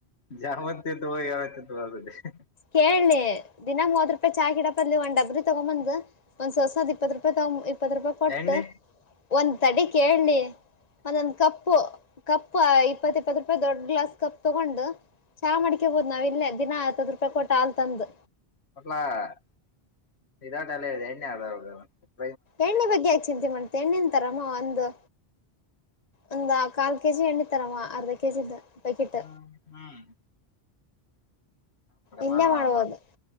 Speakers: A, on the left; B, on the left.
A: ಜಾಮೂನ್ ತಿಂದು <unintelligible> ಹ್ ಹ್
B: ಕೇಳಿಲಿ ದಿನಾ ಮೂವತ್ತ್ ರೂಪಾಯಿ ಚಾ ಗಿಡ ಒ ಡಬ್ರಿ ತಗೊಂಬಂದ್ ಒಂದ್ಸರ್ಸದ್ ಇಪ್ಪತ್ತು ರೂಪಾಯಿ ತಗೊ ಇಪ್ಪತ್ ರೂಪಾಯಿ ಕೊಟ್ಟು
A: ಎಣ್ಣೆ
B: ಒಂದ್ ತಡಿ ಕೇಳ್ಲಿ ಒಂದೊಂದ್ ಕಪ್ಪು ಕಪ್ ಇಪ್ಪತ್ ಇಪ್ಪತ್ ರೂಪಾಯಿ ದೊಡ್ ಗ್ಲಾಸ್ ಕಪ್ ತಗೊಂಡು ಚಾ ಮಾಡ್ಕ್ಯಬೋದ್ ನಾವಿಲ್ಲೆ ದಿನಾ ಹತ್ತತ್ತ್ ರ್ ಪ ಕೊಟ್ ಹಾಲ್ ತಂದು.
A: <unintelligible> ಎಣ್ಣೆ <unintelligible>
B: ಎಣ್ಣೆ ಬಗ್ಗೆ ಯಾಕೆ ಚಿಂತೆ ಮಾಡ್ತಿಯ ಎಣ್ಣೆಂತರಮ್ಮು ಒಂದು. ಒಂದ ಕಾಲ್ ಕೆ ಜಿ ಎಣ್ಣೆ ತರಮ ಅರ್ಧ ಕೆ ಜಿ ದು ಪ್ಯಾಕೆಟ್.
A: ಹ್ ಹ್ಮ್
B: ಇಲ್ಲೇ
A: ನಾನ್
B: ಮಾಡ್ಬೋದು
A: ಮಾಡಮ್ಮ